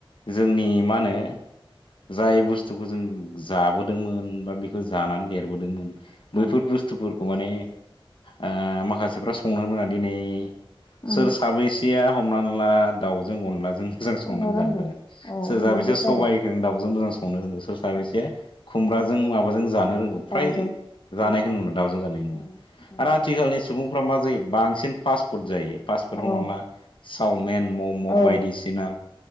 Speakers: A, on the left (about 65°); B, on the left (about 45°).
A: जोंनि मा होनो जाय बुस्थुखौ जों जाबोदों दोंमोन बा बेखौ जानानै देरबोदोंमोन
B: उम
A: बैफोर बुस्थुफोरखौ माने ओ माखासेफ्रा संनो रोङा दिनै
B: उम
A: सोर साबैसेया हमनानै ला दाउजों अनलाजों मोजां संनानै
B: संनो रोंगौ
A: जानो रोङो
B: औ
A: सोर साबैसे
B: नंगौथ'
A: सबाइखौ
B: आरो
A: दाउजों मोजां संनो रोंङो सोर साबैसे
B: उम
A: खुमब्राजों माबाजों जानो रोंगौ
B: दाउजों
A: फ्राय जानायखौ
B: उम
A: नुला दाउजों जानाय नुला
B: उम उम
A: आरो आथिखालनि सुबुंफ्रा मा जायो बांसिन फास्ट फुड जायो फास्ट फुड
B: औ
A: हमना ला चावमिन मम
B: औ
A: बायदिसिना